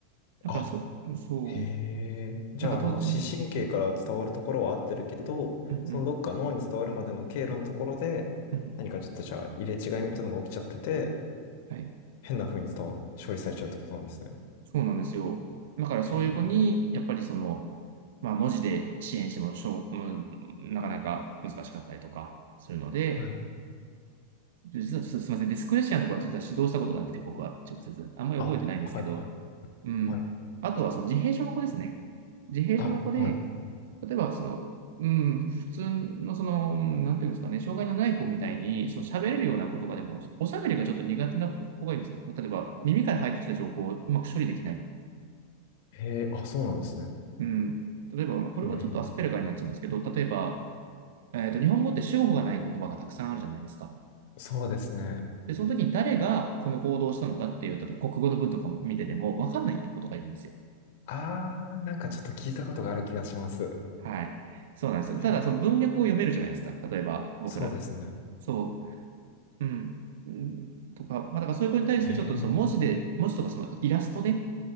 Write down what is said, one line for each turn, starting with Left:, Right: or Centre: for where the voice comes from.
Right: だからそ、
Left: あ
Right: そう、
Left: へえ。じゃあ、
Right: なんか当然、
Left: あの、視神経から伝わるところは合ってるけど、
Right: うんうん、
Left: そのどっか脳に伝わるまでの経路のところで、
Right: うん
Left: 何かちょっとじゃあ入れ違いみたいなのが起きちゃってて、
Right: はい、
Left: 変な風に伝わ、処理されちゃうってことなんですね。
Right: そうなんですよ。だからそういう子に、
Left: へえ。
Right: やっぱりその、まあ文字で支援してもしょう、うん、なかなか難しかったりとかするので、
Left: はい。
Right: 実はちょっとすみません、ディスクレシアの子は実は指導したことがなくて、僕は直接、あんまり覚えてないんですけど、
Left: あ、はいはい
Right: うん。
Left: はい。
Right: あとはその自閉症の子ですね。自閉症の子で、
Left: あ、はい。
Right: 例えば、その、うん、普通の、その、なんていうんですかね、障害のない子みたいに、その喋れるような子とかでも、おしゃべりがちょっと苦手な子がいるんですよ。例えば、耳から入ってきた情報をうまく処理できない子。
Left: へえ、あ、そうなんですね。
Right: うん。例えば、これはちょっとアスペルガーになっちゃうんですけど、
Left: へえ。
Right: 例えば、えっと、日本語って主語がない言葉がたくさんあるじゃないですか。
Left: そうですね。
Right: で、その時に誰がこの行動をしたのかっていう、例えば国語の文とか見てても、わかんないことがいるんですよ。
Left: あー、なんかちょっと聞いたことがある気がします。
Right: はい。そうなんですよ。ただ、
Left: へえ。
Right: その文脈を読めるじゃないですか。例えば、僕ら。
Left: そうですね。
Right: そう。うん。うんとか、まあ、だからそういう子に対してちょっとその文字で、
Left: へえ。
Right: 文字とかそのイラストで指